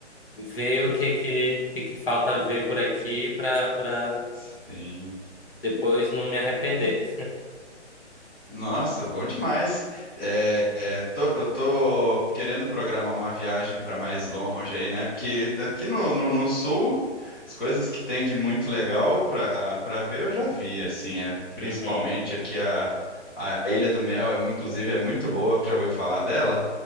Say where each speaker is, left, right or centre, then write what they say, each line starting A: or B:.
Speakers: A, on the left (about 50°); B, on the left (about 20°).
A: ver o que que, que, que falta ver por aqui pra, pra
B: sim.
A: depois não me arrepender. <laughs>
B: Nossa, bom demais. É, é, tô- eu tô querendo programar uma viagem para mais longe aí, né? Porque aqui no, no, no sul, as coisas que tem de muito legal para para ver eu já vi, assim, é principalmente
A: Uhum.
B: aqui a, a Ilha do Mel, é, inclusive é muito boa, já ouviu falar dela?